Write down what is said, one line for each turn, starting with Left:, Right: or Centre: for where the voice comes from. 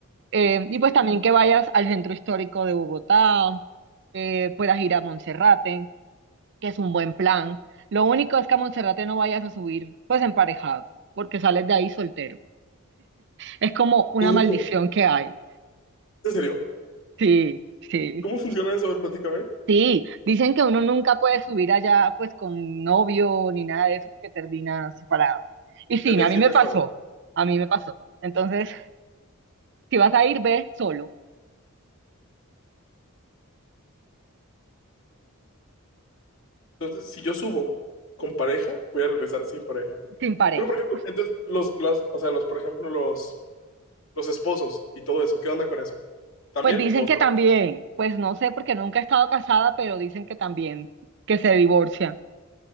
Right: Eh, y pues también que vayas al centro histórico de Bogotá, eh, puedas ir a Monserrate, que es un buen plan. Lo único es que a Monserrate no vayas a subir, pues, emparejado, porque sales de ahí soltero. Es como una
Left: ¿Cómo?
Right: maldición que hay.
Left: ¿En serio?
Right: Sí, sí,
Left: ¿Cómo funciona eso? A ver, platícame.
Right: sí. Dicen que uno nunca puede subir allá pues con novio ni nada de eso porque termina separado. Y sí,
Left: Ya tienes
Right: a mí
Left: que
Right: me
Left: ir casado.
Right: pasó, a mí me pasó. Entonces, si vas a ir, ve solo,
Left: Entonces, si yo subo con pareja, voy a regresar sin pareja.
Right: sin pareja.
Left: Pero, por ejemplo, entonces, los, los o sea, los, por ejemplo, los, los esposos y todo eso, ¿qué onda con eso? ¿También?
Right: Pues dicen
Left: ¿O
Right: que
Left: solo-
Right: también, pues no sé porque nunca he estado casada, pero dicen que también, que se divorcian.